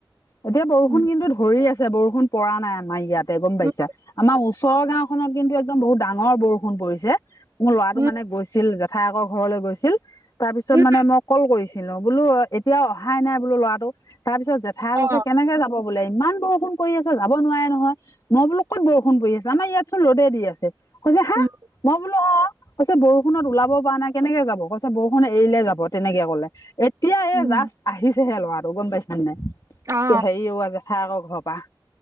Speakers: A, on the left (about 50°); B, on the right (about 40°).
A: এতিয়া বৰষুণ
B: উম
A: কিন্তু ধৰি আছে বৰষুণ পৰা নাই আমাৰ ইয়াত ত গম পাইছা
B: উম
A: আমাৰ ওচৰ গাওখনত কিন্তু একদম বহুত ডাঙৰ বৰষুণ পৰিছে মোৰ ল'ৰাটো
B: উম
A: মানে গৈছিল জেঠাই আকৰ ঘৰলৈ গৈছিল তাৰ পিছত
B: উম
A: মানে মই কল কৰিছিলো বোলো এতিয়াও অহাই নাই বোলো ল'ৰা তাৰপিছত জেঠাই গছে
B: অ
A: কেনেকে যাব বোলে ইমান বৰষুণ কৰি আছে যাব নোৱাৰে নহয় মই বোলো কত বৰষুণ পৰি আছে আম ইয়াতোন ৰ'তে দি আছে কৈছে হা
B: উম
A: মই বোলো অ কৈছে বৰষুণত ওলাব পৰা নাই কেনেকে যাব কৈছে বৰষু খন এৰিলে যাব তেনেকে কলে এতিয়া এই
B: উম
A: জাষ্ট আহিছেহে ল'ৰাটো গম পাইছা ন নাই
B: অ
A: হেৰি জেঠা আকৌ ঘৰৰ পৰাা